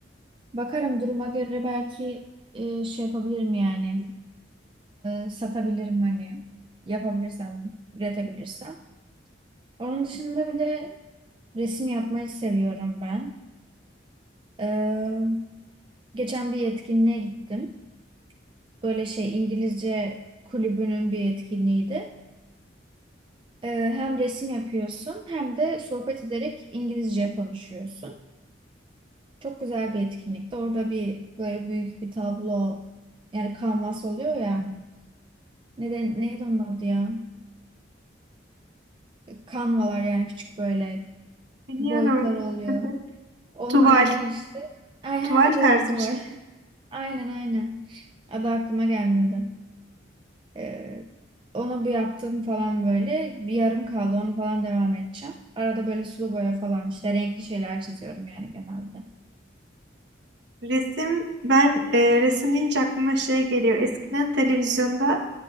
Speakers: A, on the right; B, on the right.
A: Bakarım duruma göre belki e, şey yapabilirim yani. E, satabilirim hani. Yapabilirsem, üretebilirsem. Onun dışında bir de resim yapmayı seviyorum ben. E, geçen bir etkinliğe gittim. Böyle şey İngilizce kulübünün bir etkinliğiydi. E, hem resim yapıyorsun hem de sohbet ederek İngilizce konuşuyorsun. Çok güzel bir etkinlikti. Orada bir böyle büyük bir tablo yani kanvas oluyor ya. Neden,
B: Evet
A: neydi onun adı ya? Kanvalar yani küçük böyle
B: biliyorum.
A: boyutlar oluyor.
B: <laughs>
A: Onlardan
B: Tuval.
A: işte. Ay heh,
B: Tuval tarzı
A: tuval tuval.
B: bir şey.
A: <laughs> Aynen aynen. Adı aklıma gelmedi. Ee, ona bir yaptım falan böyle. Bir yarım kaldı onu falan devam edeceğim. Arada böyle sulu boya falan işte renkli şeyler çiziyorum yani genelde.
B: Resim, ben e, resim deyince aklıma şey geliyor. Eskiden televizyonda